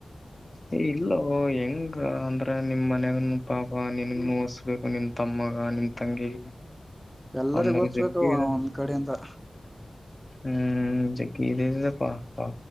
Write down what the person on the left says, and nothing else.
ಇಲ್ಲೋ ಹೆಂಗ. ಅ ಅಂದ್ರ ನಿಮ್ ಮನ್ಯಗನು ಪಾಪ ನಿನುಗ್ನು ಓದುಸ್ತಬೇಕ್ ನಿನ್ ತಮ್ಮಗ ನಿನ್ ತಂಗಿ
ಒಂದರೆ
ಜಗ್ಗಿ ಅದ.
ಹ್ಮ್ ಜಗ್ಗಿ ಇದೆ ಪಾಪ.